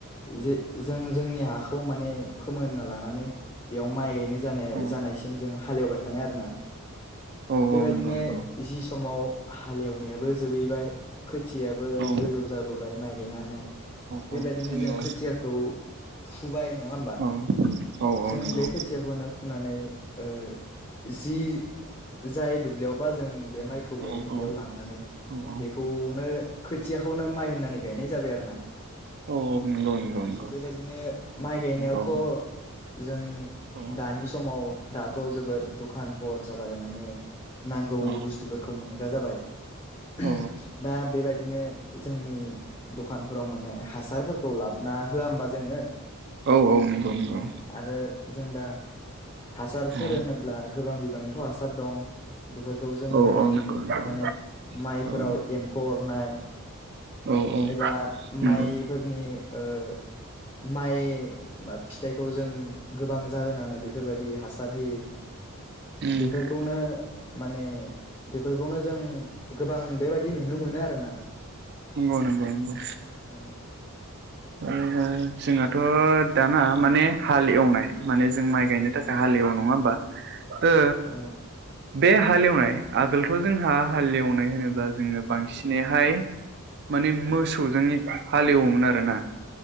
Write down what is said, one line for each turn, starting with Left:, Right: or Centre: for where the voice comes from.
Left: जे जों जोंनि हाखौ माय माने फोमोनना लानानै बेयाव माइ गायनो जानाय
Right: औ
Left: जानायसिम जोंङो हालेवबायथानाय आरोना
Right: औ
Left: बेबायदिनो
Right: औ नंगौ नंगौ
Left: जि समाव हालेवनायाबोज जोबैबाय खोथियाबो
Right: औ
Left: गोजौ जाबोबाय माइ गायनो हानाय।
Right: औ
Left: बेबायदिनोजों
Right: औ नंगौ
Left: खोथियाखौ फुबाय। नङाहोमबा
Right: औ औ औ
Left: जों
Right: नंगौ
Left: बे खोथियाखौनो फुनानै। ओह जि जाय दुब्लियावबा जों। बे माइखौ
Right: औ
Left: गायगोन
Right: औ
Left: बेयाव लांनानै
Right: औ औ
Left: बेखौनो। खोथियाखौनो माइ होननानै गायनायजाबाय आरोना।
Right: औ औ नंगौ नंगौ नंगौ
Left: बेबायदिनो माइ गायनायावथ।
Right: ओ
Left: जों
Right: जोङो
Left: दानि समाव दाथ जोबोर दखानफर जाबाय माने। नांगौ
Right: औ
Left: बुसथुफोरखौ मोनग्रा जाबाय। उम
Right: औ
Left: दा बेबायदिनो जोंनि दखानफ्रोम। हासारफोरखौ लाबना होआ ओमबा जोङो।
Right: औ औ नंगौ नंगौ
Left: आरो जोंदा। हासारफोर
Right: औ
Left: होनोब्ला गोबां बिबांनिथ हासारदं। बेफोरखौ जों होनानै
Right: औ औ नंगौ नंगौ
Left: माने माइफोराव
Right: औ
Left: एम्फौ अरनाय।
Right: औ औ।
Left: एबा
Right: नंगौ
Left: माइफोरनि ओह। माइ बा फिथाइखौजों गोबां जाहोनानै बेफोरबायदि हासार होयि।
Right: उम
Left: बेफोरखौनो। माने बेफोरखौनो जों गोबां बेबादि नुनो मोनो आरोना।
Right: नंगौ नंगौ नंगौ नंगौ।
Left: औ
Right: ओह जोंहाथ दाना माने हालएवनाय माने जों माइ गायनो थाखाय हाल लेवो नङा होमबा ओ
Left: औ
Right: बे हालेवनाय आगोलथ जोंहा हालेवनाय होनोब्ला जोङो बांसिनैहाय। माने मोसौजों हालेवोमोन आरोना।